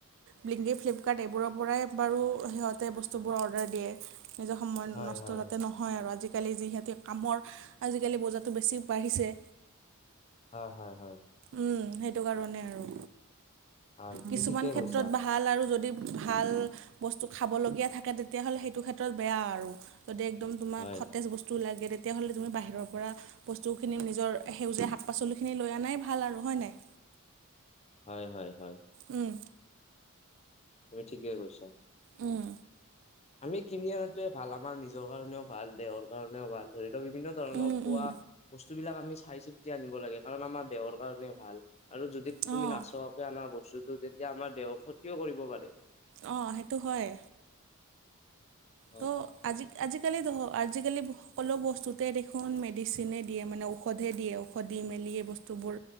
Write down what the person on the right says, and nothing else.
বিলিংকী, ফ্লিপকাৰ্ট এইবোৰৰ পৰাই বাৰু সিহঁতে বস্তুবোৰ অৰ্ডাৰ দিয়ে নিজৰ সময়
নষ্ট
যাতে নহয় আৰু আজিকালি যিহেতু কামৰ আজিকালি বোজাটো বেছি বাঢ়িছে
উম সেইটো কাৰণে আৰু
কিছুমান
ক্ষেত্ৰত
বা ভাল আৰু যদি ভাল বস্তু খাবলগীয়া থাকে তেতিয়াহ'লে সেইটো ক্ষেত্ৰত বেয়া আৰু যদি একদম তোমাক
সতেজ বস্তু ওলাই তেতিয়াহলে তুমি বাহিৰৰ পৰা বস্তুখিনি নিজৰ সেউজীয়া শাক পাচলিখিনি লৈ অননাই ভাল আৰু হয় নে নাই
উম
উম
উম
উম
অঁ
অ সেইটো হয়
ট আজি আজিকালি আজিকালি সকলো বস্তুতে দেখোন মেডিচিনেই দিয়ে মানে ঔষধহে দিয়ে ঔষধ দি মেলি এই বস্তুবোৰ